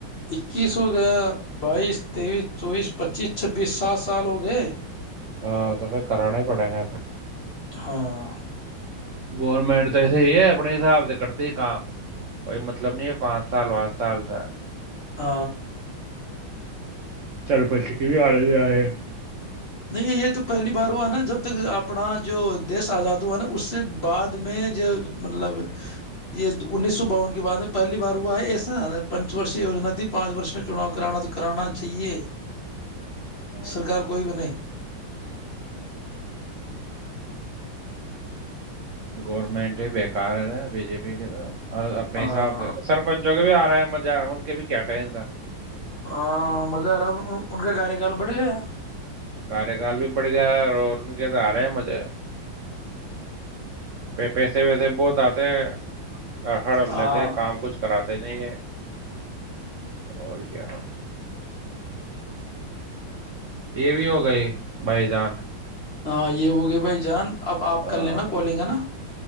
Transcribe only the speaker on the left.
اکیس ہو گیا بائیس تیئیس چوبیس پچیس چھبیس سات سال ہو گئے
ہاں
ہ
نہیں یہ تو پہلی بار ہوا نا جب تک اپنا جو دیش آزاد ہوا نا اس سے بعد میں جو مطلب یہ انیس سو باون کے بعد میں پہلی بار ہوا ہے ایسا پنچ وشی وجنا تھی پانچ وش میں چناؤ کرانا تو کرانا چاہیے
سرکار کوئی بنے
ہاں
ہ مزہا ان کا کاریہکال بٹھ گیا
ہاں
ہاں یہ ہوگی بھائی جان اب آپ
کر لینا کالیں گا نا